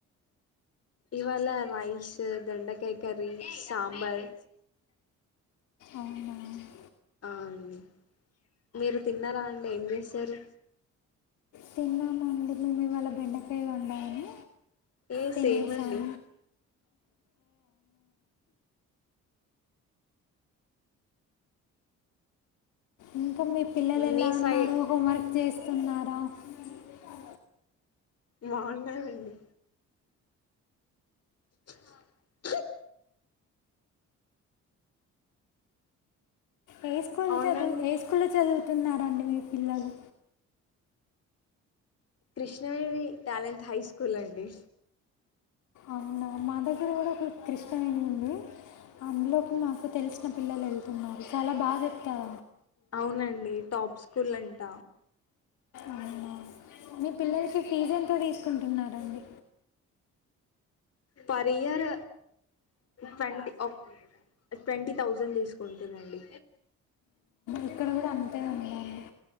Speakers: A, on the left (about 55°); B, on the left (about 80°).
A: ఇవాళ రైస్, దొండకాయ కర్రీ, సాంబార్.
B: అవునా
A: ఆ అండి, మీరు తిన్నారా అండి ఏం చేశారు.
B: తిన్నామండి. మేము ఇవాళ బెండకాయ వండాము
A: ఏ
B: తిన్నేసం
A: సేమ్ అండి
B: ఇంకా మీ పిల్లలు ఎలా
A: మీ
B: ఉన్నారు.
A: సైడ్
B: హోంవర్క్ చేస్తున్నారా. అ
A: బోన్నరండి ఆహా
B: ఏ స్కూల్
A: అవునండి
B: చదువు ఏ స్కూల్ లో చదువుతున్నారండి మీ పిల్లలు.
A: కృష్ణవేణి టాలెంట్ హై స్కూల్ అండి.
B: అవునా మా దగ్గర కూడా ఒక కృష్ణ వేణి ఉంది. అందులోకి మాకు తెలిసిన పిల్ పిల్లలు వెళ్తున్నారు చాలా బాగా చెప్తార్
A: అవునండి టాప్ స్కూల్ అంట.
B: అవునా మీ పిల్లలకి ఫీజు ఎంతో తీసుకుంటున్నాండి.
A: పర్ ఇయర్ ట్వంటీ ఓక్ ట్వంటీ థౌజండ్ తీసుకుంటునండి.
B: ఇక్కడ కూడా అంతే ఉందండి.